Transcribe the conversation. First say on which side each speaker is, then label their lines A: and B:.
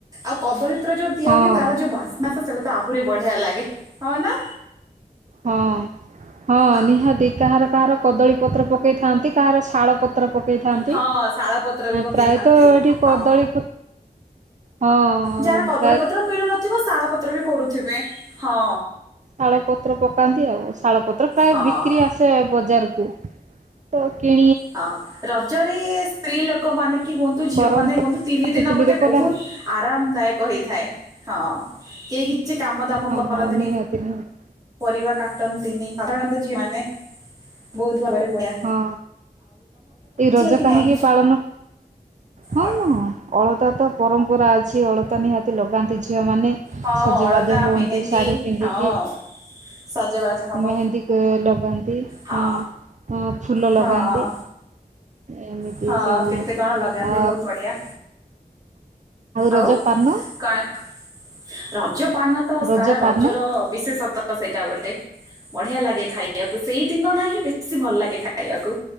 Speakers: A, on the right (about 25°); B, on the right (about 50°).
A: ଆଉ କଦଳୀ। ଯୋଉ ଦିଆ
B: ହଁ
A: ହଏ ତାର ଯୋଉ ବାସନାସ ସେଇଟା ତ ଆହୁରି ବଢିଆ ଲାଗେ ହଁ ନା।
B: ହଁ ହଁ
A: ଆ-
B: ନିହା କାହାର କାହାର କଦଳୀ ପତ୍ର ପକେଇଥାନ୍ତି କାହାର ଶାଳ ପତ୍ର। ପକାଇଥାନ୍ତି
A: ହଁ ଶାଳ ପତ୍ର ବି ପକେଇଥାନ୍ତି
B: ପ୍ରାୟତଃ ଏଠି
A: ହଁ
B: କଦଳୀ। ହଁଉ।
A: ଯାହାର କଦଳୀ ପତ୍ର ମିଳୁନଥିବ ଶାଳପତ୍ର ବି କରୁଥିବେ ହଁ।
B: ଶାଳ ପତ୍ର ପକାନ୍ତି ଆଉ ଶାଳପତ୍ର ପ୍ରାୟ
A: ହଁ
B: ବିକ୍ରି ଆସେ ବଜାରକୁ। ତ କେ
A: ହଁ ରଜରେ ସ୍ତ୍ରୀ ଲୋକ। ଲୋକ ମାନ କି ହୁଅନ୍ତୁ ଝିଅ
B: କରନ୍ତି
A: ମାନେ ହୁଅନ୍ତୁ ତିନି
B: କାଠ
A: ଦିନ
B: ଚୁଲିରେ
A: ଗୋଟେ
B: କଲେ
A: ବହୁତ। ଆରାମଦାୟକ ହେଇଥାଏ ହଁ କେହି କିଛି କାମ ଦାମ
B: ହଁ
A: କରନ୍ତିନି।
B: ହଁ ନିହାତି ନିହାତି
A: ପରିବା କାଟନ୍ତିନି ସାଧାରଣତ ଝିଅ ମାନେ ବହୁତ ଭାବରେ ପଳା।
B: ହଁ ଏଇ ରଜ
A: କି
B: କାହିଁକି
A: ନାଇଁ
B: ପାଳନ। ହଁ
A: ଅ-
B: ହଁ ଅଳତା ତ ପରମ୍ପରା ଅଛି ଅଳତା ନିହାତି ଲଗାନ୍ତି। ଝିଅ ମାନେ
A: ହଁ
B: ସଜବାଜ
A: ଅଳତା
B: ହୁଅନ୍ତି
A: ମେହେନ୍ଦୀ
B: ଶାଢୀ ପିନ୍ଧିକି
A: ହଁ ସଜବାଜ ହବ
B: ମେହେନ୍ଦୀ ଲଗାନ୍ତି
A: ହଁ
B: ହ ଫୁଲ
A: ହଁ
B: ଲଗାନ୍ତି। ଏମିତି
A: ହଁ
B: ସବୁ
A: କେତେ କହଣ ଲାଗଗ କନ୍ତି
B: ଆ
A: ବହୁତ ବଢିଆ।
B: ରଜ
A: ଆଉ
B: ପାନ
A: କଣକ ରଜ ପାନ। ତ
B: ରଜ
A: ତାର
B: ପାନ
A: ରଜର ବିଶେଷତ ସେଇଟା ଗୋଟେ ବଢ଼ିଆ ଲାଗେ ଖାଇବାକୁ ସେଇ ଦିନଟା ହିଁ ବେଶୀ ଭଲ ଲାଗେ ଖାଇବାକୁ।